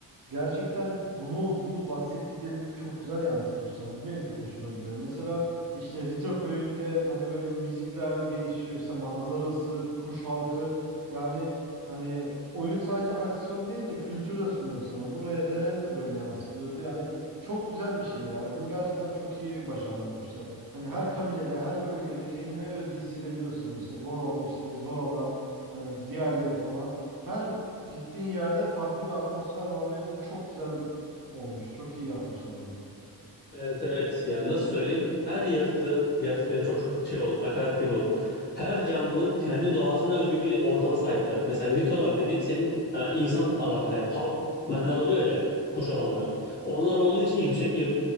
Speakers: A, on the right; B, on the left.
A: Gerçekten bunu bu bahsettiklerimizi çok güzel yansıtmışlar. Bu benim çok hoşuma gidiyor. Mesela işte Rito köyünde hani böyle müzikler değişiyor, işte manzarası, kuş halkı yani hani oyun sadece aksiyon değil de kültür de sunuyor sana. Buraya de böyle yansıtılıyordu. Yani çok güzel bir şey ya. Bunu gerçekten çok iyi başarmışlar. Hani her kabilede, her bölgede kendine özgü hissedebiliyorsun. ya. İşte Goron, işte Zoralar, hani diğerleri falan. Her gittiğin yerde farklı bir atmosfer var ve bu çok güzel olmuş. Çok iyi yapmışlar bunu.
B: Evet evet. Yani nasıl söyleyeyim? Her yaratığın, yaratıkların çok şey olur, hakaret gibi olur. Her canlının kendi doğasına özgü bir ortama sahipler. Mesela Ritolar dediğin senin e, insan adamlar. Yani Hawkmenler oluyor ya, kuş adamlar. Onlar olduğu için yüksek e,